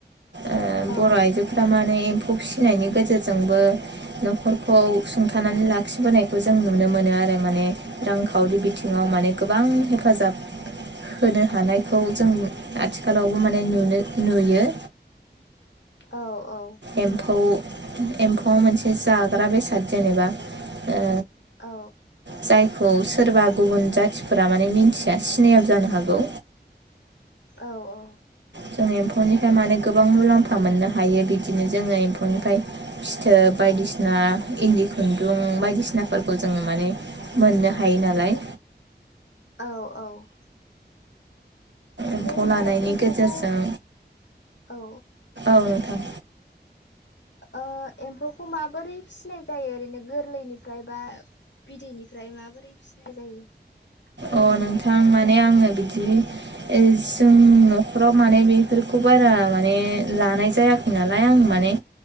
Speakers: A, on the right (about 80°); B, on the left (about 80°).
A: ओ
B: औ
A: बर आइजोफोरा माने एम्फौ फिसिनायनि गेजेरजोंबो नखरखौ सुंथानानै लाखिबोनायखौ जों नुनो मोनो आरो माने रांखावरि बिथिङाव माने गोबां हेफाजाब होनो हानायखौ जों आथिखालावबो माने नुनो नुयो।
B: औ औ।
A: एम्फौ एम्फौआ मोनसे जाग्रा बेसाद जेनेबा ओ
B: औ
A: जायखौ सोरबा गुबुन जाथिफोरा माने मिन्थिया सिनायाबो जानो हागौ।
B: औ औ।
A: जों एम्फौनिफ्राय माने गोबां मुलाम्फा मोननो हायो बिदिनो जोङो एम्फौनिफ्राय फिथोब बायदिसिना इन्दि खुन्दुं बायदिसिनाफोरखौ जोङो माने मोननो हायो नालाय
B: औ औ ओमफ्राय
A: एम्फौ
B: नोंथां
A: लानायनि
B: एम्फौखौ
A: गेजेरजों
B: औ
A: औ नोंथां
B: ओ एम्फौखौ माबोरै फिसिनाय जायो ओरैनो गोरलैनिफ्राय बा बिदैनिफ्राय माबोरै फिसिनाय जायो। फोरमायना
A: अ नोंथां माने आङो बिदि जोंनि नखराव माने बे फोरखौ बारा माने लानाय जायाखै नालाय आं माने